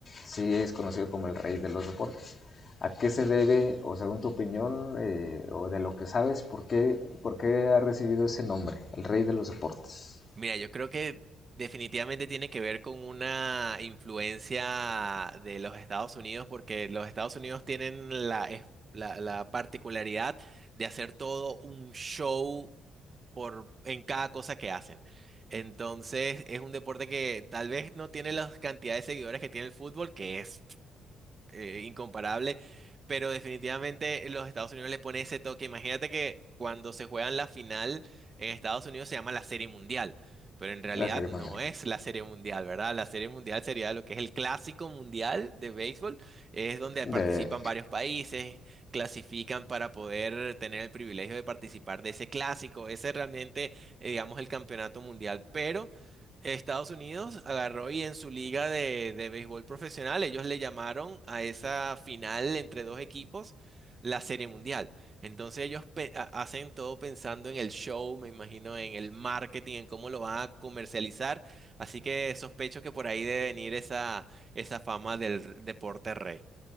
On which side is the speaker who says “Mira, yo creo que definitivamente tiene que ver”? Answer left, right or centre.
Right